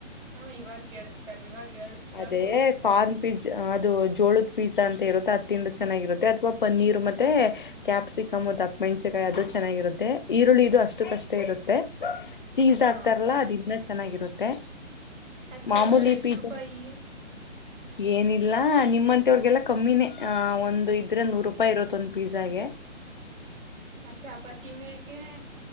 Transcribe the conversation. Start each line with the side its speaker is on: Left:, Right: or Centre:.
Right: ಹ್ಮ ಇವಾಗ ಕೇಳಿಸ್ತದ ಇವಾಗ ಹೇಳು ಹೇಳ್ಕೊಡು
Left: ಅದೇ ಕಾರ್ನ್ ಪೀಜ ಅದು ಜೋಳ ಪಿಜ್ಜಾ ಅಂತ ಇರುತ್ತೆ ಅತ್ತ ತಿಂದ ಚೆನ್ನಾಗಿರುತ್ತೆ ಅಥವಾ ಪನ್ನೀರ್ ಮತ್ತೆ ಕ್ಯಾಪ್ಸಿಕಮ್ ಅದಪ್ಪ ಮೆಣ್ಸನ್ಕಾಯಿ ಅದು ಚೆನ್ನಾಗಿರುತ್ತೆ ಈರುಳ್ಳಿ ಇದು ಅಷ್ಟು ಕಷ್ಟ ಇರುತ್ತೆ ಪೀಜ
Right: ಹಾ
Left: ಹಕ್ತಾರಲ್ಲಾ ಅದು ಇನ್ನ ಚೆನ್ನಾಗಿರುತ್ತೆ
Right: ಅದ್ಕೆಲ್ಲ
Left: ಮಾಮೂಲಿ
Right: ಎಷ್ಟ್
Left: ಪೀಜ
Right: ರೂಪಾಯಿ
Left: ಏನಿದ ಇಲ್ಲ ನಿಮ್ಮಂತೆವ್ರಗೆಲ್ಲ ಕಮ್ಮಿನೇ ಆ ಒಂದ್ ಇದ್ರೆ ನೂರ್ ರೂಪಾಯಿ ಇರತ್ತ ಒಂದ್ ಪಿಝಾಗೆ
Right: <unintelligible> ಆ ಚಪಾತಿ ಮ್ಯಾಕೆ